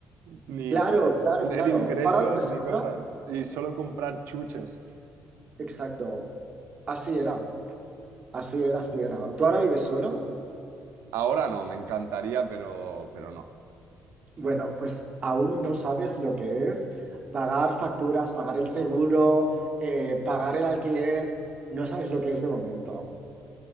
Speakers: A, on the right; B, on the right.
A: ni
B: Claro, claro,
A: tener
B: claro.
A: ingresos,
B: ¿Tú ahora vives
A: ni
B: solo?
A: cosas, y solo comprar chuches.
B: Exacto. Así era, así era, así era. ¿Tú ahora vives solo?
A: Ahora no, me encantaría, pero, pero no.
B: Bueno, pues aún no sabes lo que es pagar facturas, pagar el seguro, eh, pagar el alquiler. No sabes lo que es de momento.